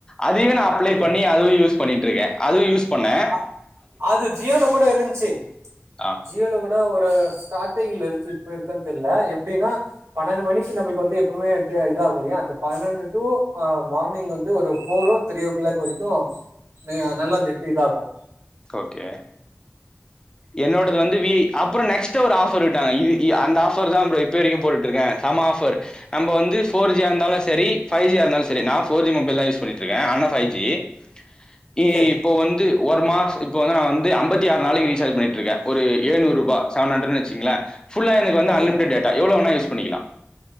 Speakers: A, on the left (about 20°); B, on the right (about 80°).
A: அதையு நா அப்ளை
B: ஓகே.
A: பண்ணி அதுவு யூஸ் பண்ணி ட்ருக்கே அதுவு யூஸ் பண்ணே
B: அ அது ஜியோல கூட இருஞ்ச்சி
A: ஆ
B: ஜியோல கூட ஒரு ஸ்டாட்டிங்ல இருஞ்சி இப்ப இருக்கான் தெர்ல எப்டினா பன்னெண்டு மணிக்கு நம்ப இப்ப வந்து எப்புமே இத ஆகு இல்யா அந்த பன்னெண்டு டூ அ மானிங் வந்து ஒரு ஃபோரோ ஓ த்ரீ ஓ கிளாக் வரிக்கு ந நல்லா நெட்டு இதாகு
A: ஓகே என்னோடது வந்து வி ஜ அப்றோ நெக்ஸ்ட் ஒரு ஆஃபர் விட்டாங்க இது இ அந்த ஆஃபர் தா ப்ரோ இப்ப வரிக்கு போட்டுட்ருக்கே செம்ம ஆஃபர் நம்ப வந்து ஃபோர் ஜியா இருந்தாலு சரி ஃபைவ் ஜியா இருந்தாலு ஸ் சரி நா ஃபோர் ஜி மொபைல்தா யூஸ் பண்ணிட்ருகே ஆனா ஃபைவ் ஜி இ
B: சரி
A: இப்போ வந்து ஒரு மாச இப்ப வ நா வந்து ஐம்பத்தி ஆறு நாளக்கி ரீசார்ஜ் பண்ணிட்ருக்கே ஒரு ஏழ்நூறுபா செவன் ஹண்ரட்னு வெச்சுக்ங்ளே ஃபுல்லா எனக்கு வந்து
B: ஓகே
A: அன்லிமிடட் டேட்டா எவ்ளோ வேணா யூ பண்ணிக்கலா